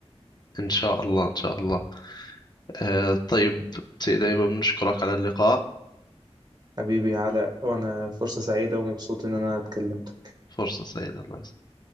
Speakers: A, on the left; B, on the right.
A: ان شاء الله ان شاء الله آه، طيب سيدي أيمن نشكرك على اللقاء
B: حبيبي علاء وأنا فرصة سعيدة ومبسوط إن أنا اتكلمت
A: فرصة سعيدة الله يسعدك